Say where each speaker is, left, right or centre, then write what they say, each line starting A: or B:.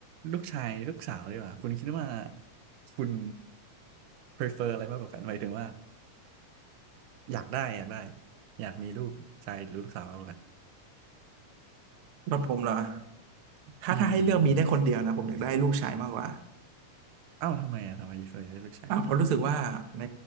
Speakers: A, on the right; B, on the right.
A: ลูกชายลูกสาวดีกว่าคุณคิดว่าคุณ prefer อะไรมากกว่ากันหมายถึงว่าอยากได้อยากได้อยากมีลูกชายหรือลูกสาวมากกว่ากัน
B: แล้วผมเหรอถ้าถ้าให้เลือกมีได้คนเดียวนะผมอยากได้ลูกชายมากกว่า
A: อืมอืมอืม อ้าวทำไมอ่ะทำไมเ่วนใหญ่เลือกใช้
B: อ่ะเพราะรู้สึกว่าใน